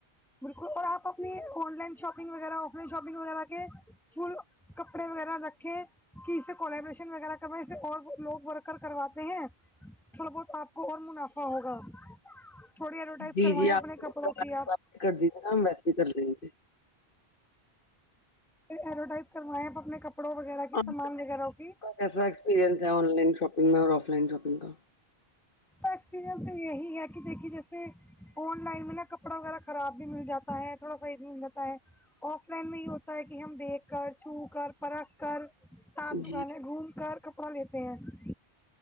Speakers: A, in the centre; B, on the left.
A: بالکل اور آپ اپنی آن لائن شاپنگ وغیرہ آف لائن شاپنگ وغیرہ کے فل کپڑے وغیرہ رکھے کہ اس سے کولیبریشن وغیرہ کرو اسے اور لوگ ورکر کرواتے ہیں تھوڑا بہت آپ اور منافع ہوگا تھوڑی ایڈورٹائز
B: جی
A: کروائے
B: جی آپ
A: اپنے کپڑوں کی آپ
B: کر دی ت کام ویسے ہی کر دین گ تھ <unintelligible>
A: ایڈورٹائز کروائیں آپ اپنے کپڑوں وغیرہ کی
B: آپ
A: سامان وغیرہ کی
B: کا کیسا ایکسپیریئنس ہے آن لائن شاپنگ میں اور آف لائن شاپنگ کا
A: ایکسپیرنس تو یہی ہے کہ دیکھیے جیسے آن لائن میں نا کپڑا وغیرہ خراب بھی مل جاتا ہے تھوڑا صحیح بھی مل جاتا ہے آف لائن میں ہی ہوتا ہے کہ ہم دیکھ کر چھو کر پرکھ کر سات دکانیں
B: جی
A: گھوم کر کپڑا لیتے ہیں